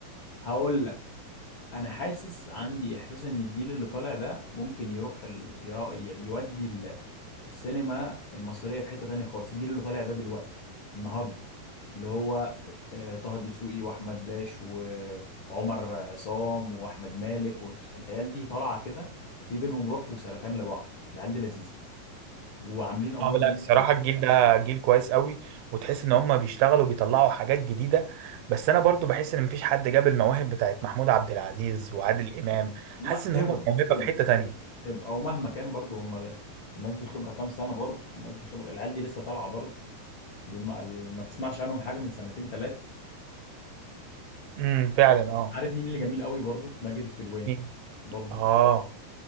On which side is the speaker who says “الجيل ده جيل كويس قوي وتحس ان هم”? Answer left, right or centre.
Right